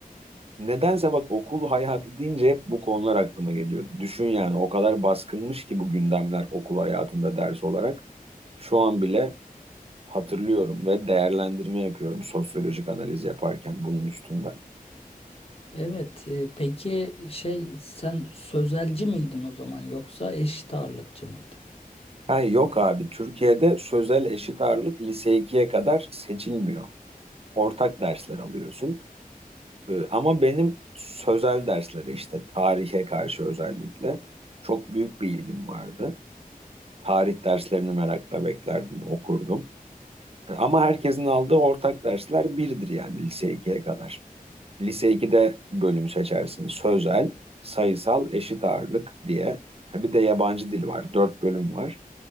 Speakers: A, on the right (about 40°); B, on the left (about 40°).
A: Nedense bak okul hayatı deyince hep bu konular aklıma geliyor. Düşün yani o kadar baskınmış ki bu gündemler okul hayatında ders olarak. Şu an bile Hatırlıyorum ve değerlendirme yapıyorum sosyolojik analiz yaparken bunun üstünden.
B: Evet. e, peki şey sen sözelci miydin o zaman yoksa eşit ağırlıkçı mıydın?
A: Ha, yok abi Türkiye'de sözel eşit ağırlık lise ikiye kadar seçilmiyor. Ortak dersler alıyorsun. Ee, ama benim sözel derslere işte tarihe karşı özellikle çok büyük bir ilgim vardı. Tarih derslerini merakla beklerdim, okurdum. Ee, Ama herkesin aldığı ortak dersler birdir yani lise ikiye kadar. Lise 2'de bölüm seçersin. Sözel, sayısal, eşit ağırlık diye. Ha, Bir de yabancı dil var. Dört bölüm var.